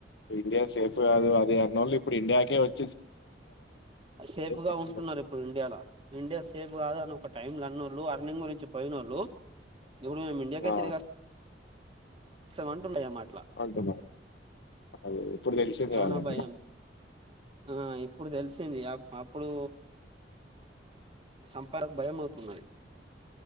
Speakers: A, on the left (about 75°); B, on the right (about 30°).
A: ఇండియా సేఫ్ కాదు అదే అన్నోన్లీ ఇప్పుడు ఇండియాకే వచ్చ
B: సేఫ్ గా
A: అంటున్నారు.
B: ఉంటున్నారు ఇప్పుడు ఇండియా లో ఇండియా సేఫ్ కాదు అని ఒక టైమ్ లో అన్నోళ్ళు అర్నింగ్ గురించి పోయినోళ్ళు ఇప్పుడు మేము ఇండియాకే
A: ఆ!
B: తెరిగి స్తాం అంటుండయి మాట
A: అంటే అదే ఇప్పుడు తెలిసింది
B: చానా
A: వాళ్ళకి
B: భయం ఆ ఇప్పుడు తెలిసింది అ అప్పుడు సంపాదకు భయంమవుతున్నది